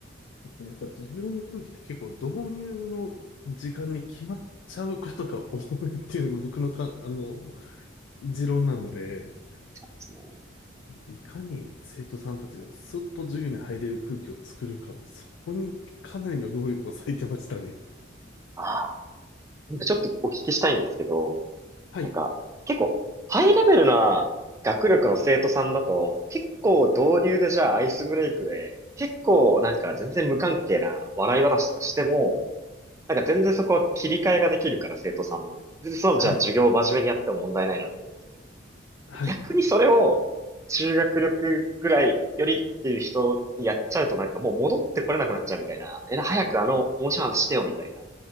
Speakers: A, on the left (about 70°); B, on the right (about 15°).
A: やっぱ授業の空気って結構導入の時間に決まっちゃうことが多いっていうのが僕のか、あの、持論なので、
B: ですね。
A: いかに生徒さんたちがスッと授業に入れる空気を作るかも、そこにかなりの労力を割いてましたね。
B: ああ、なんかちょっとお聞きしたいんですけど、
A: はい、
B: なんか、結構、ハイレベルな学力の生徒さんだと、結構導入でじゃあアイスブレイクで、結構なんか全然無関係な笑い話とかしても、なんか全然そこは切り替えができるから生徒さんも。全然そのじゃあ授業を真面目にやっても問題ないなって思うんです。
A: はい、はい、
B: 逆にそれを中学力ぐらいよりっていう人にやっちゃうとなんかもう戻ってこれなくなっちゃうみたいな。え、早くあの、面白い話してよみたいな、